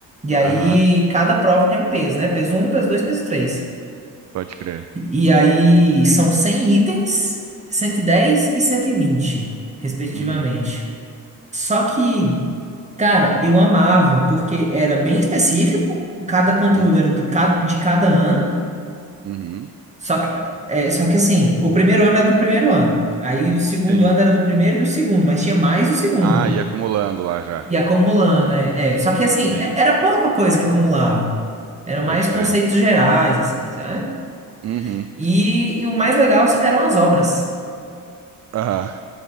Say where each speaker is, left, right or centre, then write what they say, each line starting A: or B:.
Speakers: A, on the right; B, on the right.
A: E aí
B: aham,
A: cada prova tem um peso, né? Peso um peso dois peso três
B: pode crer.
A: E, aí são 100 itens, cento e dez e e cento e vinte respectivamente.
B: Uhum,
A: Só que, cara, eu amava, porque era bem específico, cada conteúdo
B: uhum,
A: era do, ca- de cada ano.
B: uhum.
A: Só que, é, só que assim, o primeiro ano era do primeiro ano. Aí do segundo
B: Sim.
A: ano era do primeiro e do segundo, mas tinha mais do segundo.
B: Ah, e acumulando lá já.
A: E acumulando, é, é. Só que assim,
B: Sim,
A: é- era pouca coisa que acumulava. Eram mais
B: pode
A: conceitos
B: crer.
A: gerais, assim, sabe?
B: Uhum.
A: E, e o mais legal eram as obras.
B: Aham.